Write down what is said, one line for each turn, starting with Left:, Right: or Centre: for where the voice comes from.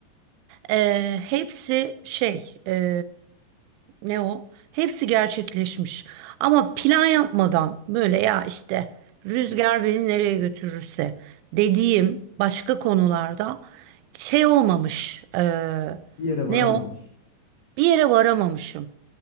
Right: e, hepsi şey... e, ne o? Hepsi gerçekleşmiş. Ama plan yapmadan böyle ya işte rüzgar beni nereye götürürse dediğim başka konularda şey olmamış. eee,
Left: bir yere varamamış.
Right: ne o? Bir yere varamamışım.